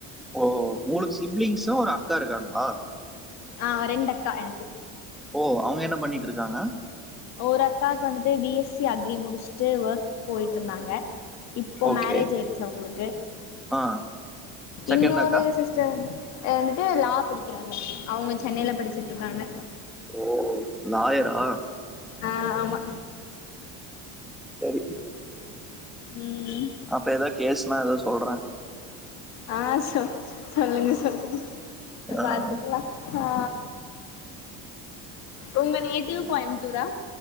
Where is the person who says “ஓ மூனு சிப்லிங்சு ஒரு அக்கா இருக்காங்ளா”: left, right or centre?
Centre